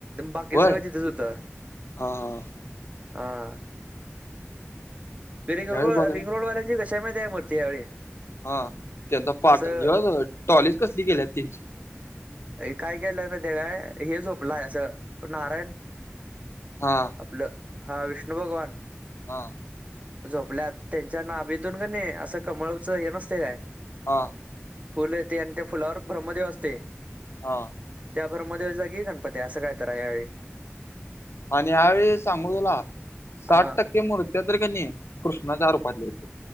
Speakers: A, on the right (about 30°); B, on the left (about 65°).
A: बाकी
B: होय
A: सगळं तिथेच होत
B: हा हा
A: हा. रिंग
B: यावेळी
A: रोड
B: बघाय
A: रिंगरोडवाल्यांची कशी हाय मूर्ती यावेळी?
B: हा त्यांचा पाट
A: असं
B: ह्यो टॉलीच कसली केल्यात त्यांची.
A: काय केलय माहिती हाय काय हे झोपलंय असं नारायण
B: हा.
A: आपलं हा विष्णू भगवान.
B: हा.
A: झोपल्यात त्यांच्या नाभी तून का नाही असं कमळच हे नसते काय.
B: हा.
A: फुल येते आणि त्या फुलावर ब्रह्मदेव असते.
B: हा.
A: त्या ब्रह्मदेवाच्या जागी गणपती आहे असं काय तरहाय यावेळी.
B: आणि ह्यावेेळी सांगू तुला साठ
A: हा
B: टक्के मूर्त्या तर कानी कृष्णाच्या रूपातली आहेत.